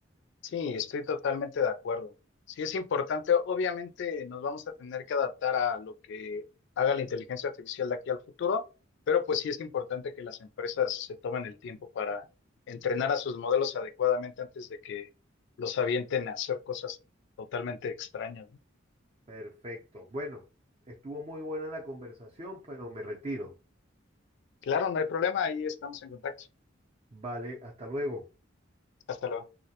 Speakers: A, on the left (about 65°); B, on the right (about 30°).
A: Sí, estoy totalmente de acuerdo. Sí, es importante. Obviamente nos vamos a tener que adaptar a lo que haga la inteligencia artificial de aquí al futuro, pero pues sí es importante que las empresas se tomen el tiempo para entrenar a sus modelos adecuadamente antes de que los avienten a hacer cosas totalmente extrañas, ¿no?
B: Perfecto. Bueno, estuvo muy buena la conversación, pero me retiro.
A: Claro, no hay problema, ahí estamos en contacto.
B: Vale, hasta luego.
A: Hasta luego.